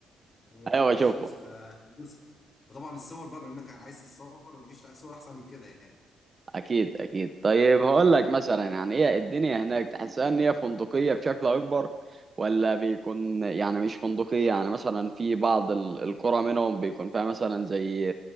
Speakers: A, on the left (about 40°); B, on the right (about 30°).
A: ونضارة
B: ايوه بشوف
A: الشمس فبص وطبعا الصور بقى بما إنك عايز تتصور مفيش صور أحسن من كده يعني
B: اكيد اكيد طيب هقول لك مثلا يعني ايه الدنيا هناك تحسها ان هي فندقيه بشكل اكبر ولا بيكون يعني مش فندقيه يعني مثلا في بعض ال- القرى منهم بيكون فيها مثلا زي